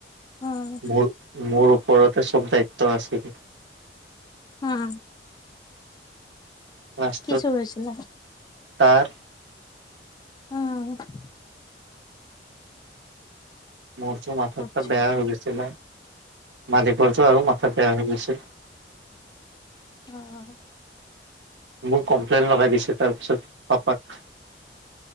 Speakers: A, on the left (about 25°); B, on the right (about 80°).
A: উম
B: মোৰ মোৰ ওপৰতে চব দায়িত্ব আছিল।
A: উম উম।
B: লাষ্টত
A: কি চুৰ হৈছিলে?
B: তাৰ
A: উম।
B: মোৰটো মাথা
A: আচ্ছা
B: চাথা বেয়া হৈ গৈছিলে। মালিকৰ টো আৰু মাথা বেয়া হৈ গৈছিল।
A: অঁ।
B: মোক কমপ্লেন লগাই দিছে তাৰপিছত পাপাক।